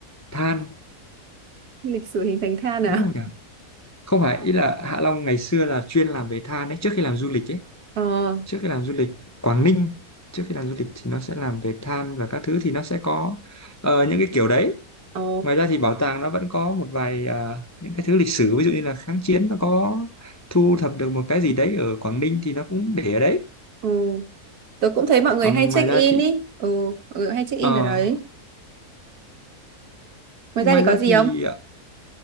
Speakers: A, on the left; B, on the right.
A: than.
B: lịch sử hình thành than à?
A: Đúng không nhỉ? Không phải, ý là Hạ Long ngày xưa là chuyên làm về than ấy. Trước khi làm du lịch ấy.
B: Ờ,
A: Trước khi làm du lịch Quảng Ninh. Trước khi làm du lịch thì nó sẽ làm về than và các thứ thì nó sẽ có ờ, những cái kiểu đấy.
B: ồ,
A: ngoài ra thì bảo tàng nó vẫn có một vài à, những cái thứ lịch sử ví dụ như là kháng chiến nó có thu thập được một cái gì đấy ở Quảng Ninh thì nó cũng để ở đấy
B: ồ. Tớ cũng thấy mọi người
A: còn
B: hay check
A: ngoài ra
B: in
A: thì
B: ý. Ừ, mọi người hay check
A: ờ,
B: in ở đấy. Ngoài
A: ngoài
B: ra thì
A: ra
B: có gì
A: thì
B: không?
A: à,